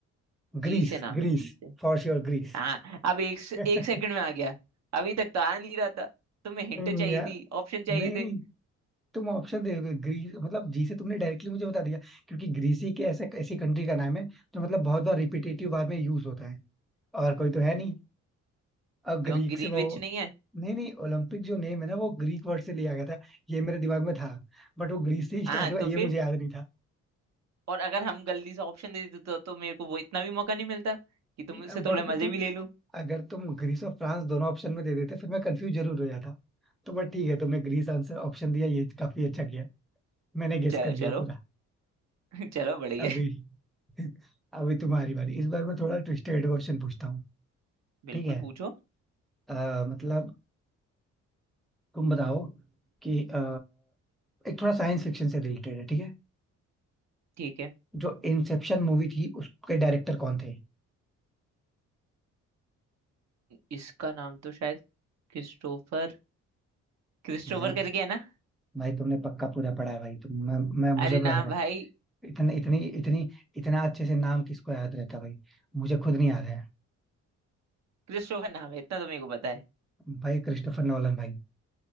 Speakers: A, on the right (about 60°); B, in the centre.
A: जी
B: Greece
A: से नाम
B: Greece
A: है जी से
B: For sure Greece
A: हाँ अब एक
B: <laughs> नहीं
A: एक सेकंड में आ गया अभी तक तो आ नहीं रहा था तुम्हें हिंट
B: नहीं
A: चाहिए
B: यार
A: थी ऑप्शन चाहिए
B: नहीं
A: थे
B: नहीं तुम ऑप्शन दे दोगे ग्रीस मतलब जी से तुमने डायरेक्टली मुझे बता दिया क्योंकि ग्रीस ही के ऐसे ऐसी कंट्री का नाम है जो मतलब बहुत बार रिपीटेटिव बार में यूज होता है और कोई तो है नहीं अब
A: क्यों
B: ग्रीक
A: ग्रीनविच
B: से वो
A: नहीं है
B: नहीं नहीं ओलंपिक जो नेम है ना वो ग्रीक वर्ड से लिया गया था ये मेरे दिमाग में था बट वो ग्रीस से ही स्टार्ट
A: हाँ
B: हुआ
A: तो फिर
B: ये मुझे याद नहीं था
A: और अगर हम जल्दी से ऑप्शन दे देते तो, तो मेरे को वो इतना भी मौका नहीं मिलता कि तुमसे
B: नहीं अब बट
A: थोड़े
B: अगर
A: मजे
B: तुम
A: भी ले लूं
B: अगर तुम ग्रीस और फ्रांस दोनों ऑप्शन में दे देते फिर मैं कंफ्यूज जरूर हो जाता तो बट ठीक है तुमने ग्रीस आंसर ऑप्शन दिया ये काफी अच्छा किया मैंने गेस
A: चलो
B: कर लिया
A: चलो
B: पूरा
A: <laughs> चलो बढ़िया
B: अभी
A: है।
B: <laughs> अभी तुम्हारी बारी इस बार मैं थोड़ा ट्विस्टेड क्वेश्चन पूछता हूँ
A: बिल्कुल
B: ठीक है
A: पूछो
B: अ, मतलब तुम बताओ कि अ, एक थोड़ा साइंस फिक्शन से रिलेटेड है ठीक है
A: ठीक है
B: जो इंसेप्शन मूवी थी उसके डायरेक्टर कौन थे
A: इसका नाम तो शायद क्रिस्टोफर क्रिस्टोफर
B: भाई
A: करके है ना
B: भाई तुमने पक्का पूरा पढ़ा है भाई तुम मैं, मैं मुझे
A: अरे
B: तो
A: ना
B: लग
A: भाई
B: रहा है इतने इतनी इतनी इतना अच्छे से नाम किसको याद रहता है भाई मुझे खुद नहीं याद है
A: क्रिस्टोफर नाम है इतना तो मेरे को पता है
B: भाई क्रिस्टोफर नोलन भाई